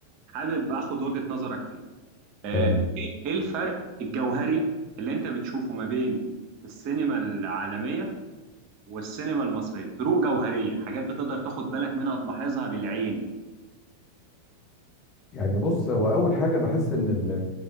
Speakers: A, on the right; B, on the left.
A: حابب اخد وجهة نظرك فيه آه،
B: تمام
A: ايه إيه الفرق الجوهري اللي انت بتشوفه ما بين السينما العالمية والسينما المصرية فروق جوهرية حاجات بتقدر تاخد بالك منها تلاحظها بالعين
B: يعني بص هو اول حاجه بحس ان ال